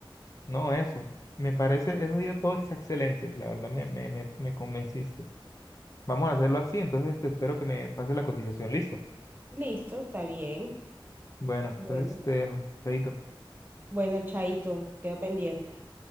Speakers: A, on the left; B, on the right.
A: No, eso. Me parece, eso ya todo es excelente. La verdad me, me, me, me convenciste. Vamos a hacerlo así, entonces te espero que me pases la cotización. Listo.
B: Listo, está bien.
A: Bueno,
B: Bueno,
A: entonces te dejo. Chaito.
B: bueno, Chaito, quedo pendiente.